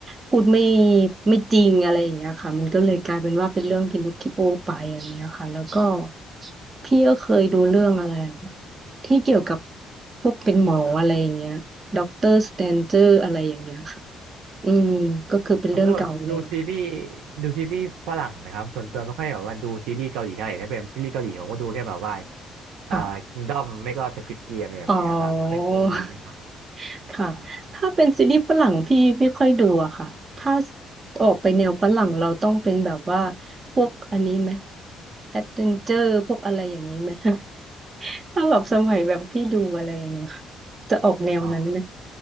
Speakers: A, on the right; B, on the right.
A: พูดไม่ไม่จริงอะไรอย่างเงี้ยค่ะมันก็เลยกลายเป็นว่าเป็นเรื่องพินอคคิโอไปอะไรอย่างเงี้ยค่ะแล้วก็พี่ก็เคยดูเรื่องอะไรที่เกี่ยวกับพวกเป็นหมออะไรอย่างเงี้ยด็อกเตอร์สแตนเจอร์อะไรอย่างเงี้ยค่ะอืมก็คือเป็นเรื่องเก่าแล้ว
B: ครับแล้วแบบดูซีรีส์ดูซีรีส์ฝรั่งไหมครับส่วนตัวไม่ค่อยแบบว่าดูซีรีส์เกาหลีเท่าไหร่ถ้าเป็นซีรีส์เกาหลีผมก็ดูแค่แบบว่าอ่าคิงดอมไม่ก็สควิดเกมอะไรแบบเนี้ยครับเคยดูนะครับ
A: ค่ะ อ๋อ <laughs> ค่ะถ้าเป็นซีรีส์ฝรั่งพี่ไม่ค่อยดูอะค่ะถ้าออกไปแนวฝรั่งเราต้องเป็นแบบว่าพวกอันนี้ไหมแอดเวนเจอร์พวกอะไรอย่างนี้ไหม <laughs> ถ้าแบบสมัยแบบพี่ดูอะไรอย่างเงี้ยค่ะจะออกแนวนั้นไหม
B: อ๋อ